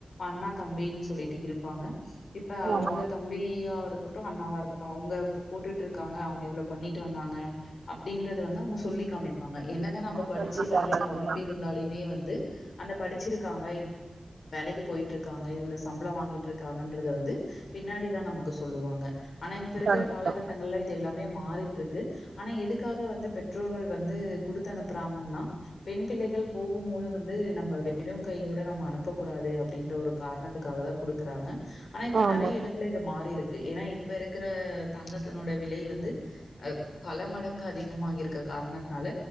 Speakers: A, on the left; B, on the right.
A: அண்ணா தம்பின்னு சொல்லிட்டு இருப்பாங்க இப்ப அவங்க
B: ஆமா
A: தம்பி யாவா இருக்கட்டு அண்ணாவா இருக்கட்டு அவங்க போட்டுட்டு இருக்காங்க அவங்க இவ்வளோ பண்ணிட்டு வந்தாங்க அப்படின்றது வந்து அவங்க சொல்லிக்காமிப்பாங்க என்னதா நம்ம படிச்சு
B: கண்டிப்பா
A: வேலைக்கு
B: கண்டிப்பா
A: அனுப்பி இருந்தாலீயுமே வந்து அந் படிச்சிருக்காங்க இவ்ளோ வேலைக்கு போயிட்டு இருக்காங்க இவ்ளோ சம்பளம் வாங்கிட்டு இருக்காங்கன்றத வந்து பின்னாடிதா நமக்கு சொல்லுவாங்க ஆனா இப்ப இருக்கற
B: கண்டிப்பா
A: காலகட்டங்கள்ல இது எல்லாமே மாறிட் ருக்கு ஆனா எதுக்காக வந்து பெற்றோர்கள் வந்து குடுத் த்த அனுப்புறாங்கன்னா பெண் பிள்ளைகள் போகும் மோது வந்து நம்ம வெறும் கையோட நம்ம அனுப்பக்கூடாது அப்படின்ற ஒரு காரணத்துக்காக தா குடுக்குறாங்க ஆனா இப்ப
B: ஆமா
A: நெறைய இடத்துல இது மாறி இருக் கு ஏன்னா இப்ப இருக்கிற தங்கத்தனோட விலை வந்து அஹ் பல மடங்கு அதிகமாகி இருக்க காரணத்தனால